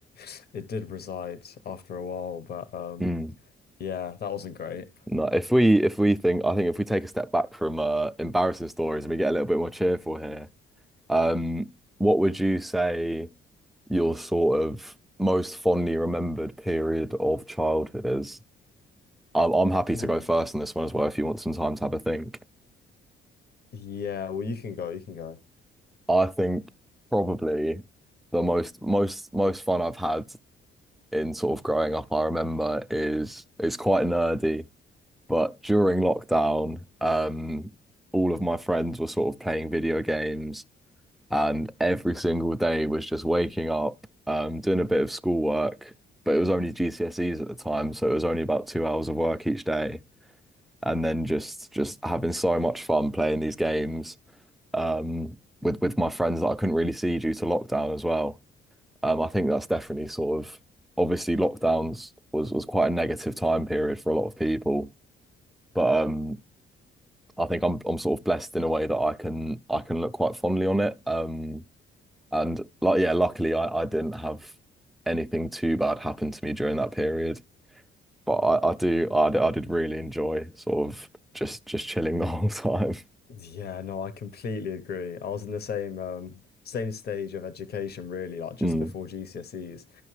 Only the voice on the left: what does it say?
<laughs> it did reside after a while, but um,
yeah, that wasn't great.
Oh.
Yeah, well, you can go, you can go.
Yeah, no, I completely agree. I was in the same um same stage of education really, like just
before GCSEs.